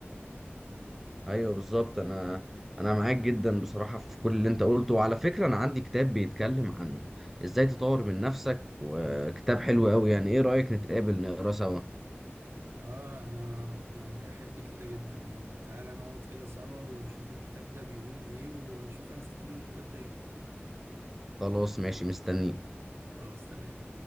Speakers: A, in the centre; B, on the right (about 70°).
A: ايوه بالظبط انا انا معاك جدا بصراحة في كل اللي انت قلته وعلى فكرة انا عندي كتاب بيتكلم عن ازاي تطور من نفسك وكتاب حلو قوي يعني ايه رأيك نتقابل نقرا سوا
B: اه انا يعني احب كده جدا يعني تعالى نقعد كده سوا ونشوف الكتاب ده بيقول ايه ونشوف هنستفيد من الكتاب ده ايه
A: خلاص ماشي مستنيك
B: خلاص تمام